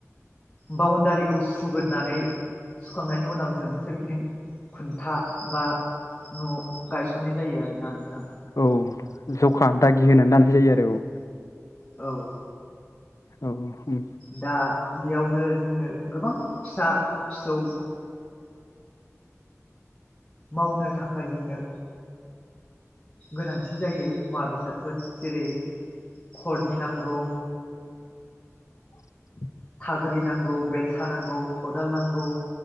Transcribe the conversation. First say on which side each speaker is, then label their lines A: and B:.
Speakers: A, on the left; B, on the left.
A: बाउणडारिखौ सुग्रोनानै सुखांनायनि उनाव जों सोरगिदिं खुन्था बा न' गायसननाय जायो आरोना नोंथां।
B: औ जखा दागि होनानै लानाय जायो आरो औ।
A: औ।
B: औ हुम।
A: दा बेयावनो जोंनो गोबां फिसा फिसौ। मावनो थाखाय जोंनो। गोनांथि जायो मुवा बेसादफोर जेरै खरनि नांगौ
B: <inaudible>
A: थाग्रि नांगौ बेलसा नांगौ खदाल नांगौ।